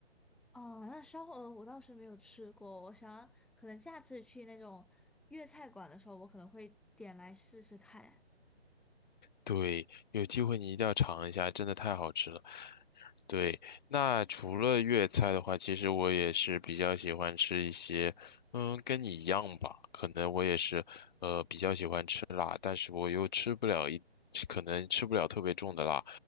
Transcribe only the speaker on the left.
对，有机会你一定要尝一下，真的太好吃了。对，那除了粤菜的话，其实我也是比较喜欢吃一些，嗯，跟你一样吧，可能我也是，呃，比较喜欢吃辣，但是我又吃不了一，可能吃不了特别重的辣。